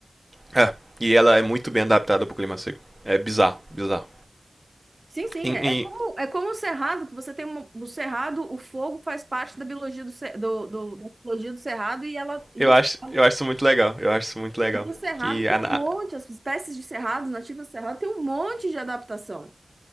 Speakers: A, on the right; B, on the right.
A: É, e ela é muito bem adaptada pro clima seco. É bizarro, bizarro.
B: Sim, sim,
A: E,
B: é
A: e
B: é como, é como o cerrado, que você tem uma- o cerrado, o fogo faz parte da biologia do, ce- do, do- da biologia do cerrado e ela e
A: eu,
B: o
A: acho,
B: cerrado,
A: eu acho isso muito legal, eu acho isso muito legal.
B: e o cerrado
A: Que
B: tem
A: a...
B: um
A: na-
B: monte, as espécies de cerrados, nativas do cerrado, tem um monte de adaptação